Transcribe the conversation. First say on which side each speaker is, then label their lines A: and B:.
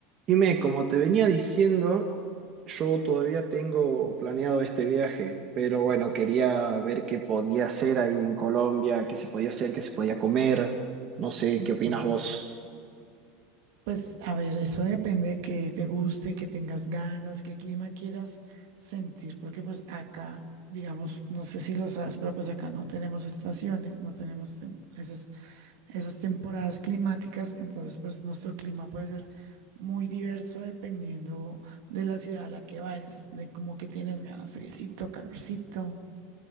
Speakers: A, on the right; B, on the right.
A: Jimé, como te venía diciendo, yo todavía tengo planeado este viaje, pero bueno, quería ver qué podía hacer ahí en Colombia, qué se podía hacer, qué se podía comer. No sé,
B: Ujú.
A: ¿qué opinas vos?
B: Pues a ver, eso depende de que te guste, que tengas ganas, qué clima quieras sentir, porque pues acá, digamos, no sé si lo sabes, pero pues acá no tenemos estaciones, no tenemos tem- esas, esas temporadas climáticas, entonces pues nuestro clima puede ser muy diverso dependiendo de la ciudad a la que vayas, de como que tienes ganas, friecito, calorcito.